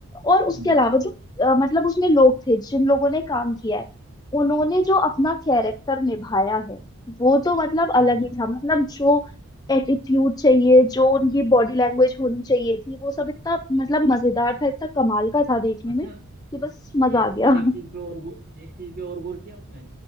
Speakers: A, on the left; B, on the right.
A: और उसके
B: हम्म
A: अलावा जो अ, मतलब उसमें लोग थे जिन लोगों ने काम किया है उन्होंने जो अपना कैरेक्टर निभाया है वो तो मतलब अलग
B: हम्म
A: ही था मतलब जो एटीट्यूड चाहिए जो उनकी बॉडी लैंग्वेज
B: हम्म
A: होनी
B: हम्म।
A: चाहिए थी वो सब इतना मतलब मजेदार था इतना कमाल का था देखने
B: अच्छा
A: में कि बस मजा
B: एक
A: आ गया
B: चीज एक चीज
A: <laughs>
B: पे और गौ- एक चीज पे और गौर किया उसमें